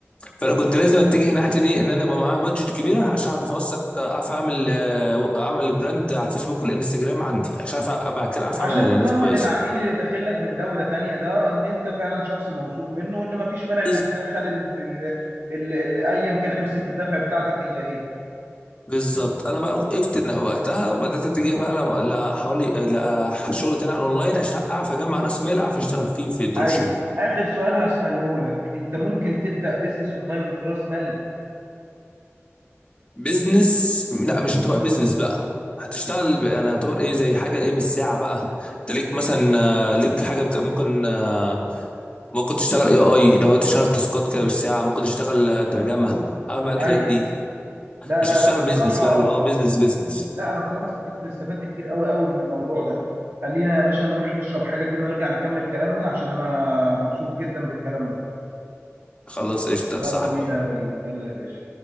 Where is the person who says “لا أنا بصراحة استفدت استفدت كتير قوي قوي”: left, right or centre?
Right